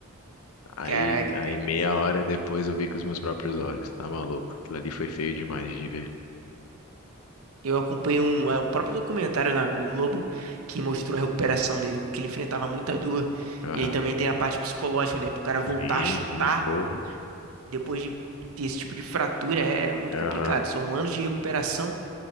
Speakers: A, on the left (about 85°); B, on the right (about 85°).
A: Aí,
B: Caraca,
A: aí
B: cara,
A: meia
B: bizarro.
A: hora depois eu vi com os meus próprios olhos, tá maluco? Aquilo ali foi feio demais de ver.
B: Eu acompanhei um, ah, um próprio documentário na Globo que mostrou a recuperação dele, que ele enfrentava muita dor.
A: Aham,
B: E aí também tem a parte psicológica, né? Pro cara voltar
A: Sim,
B: a chutar
A: sim, pô.
B: depois de ter esse tipo de fratura é muito
A: Aham,
B: complicado. São anos de recuperação.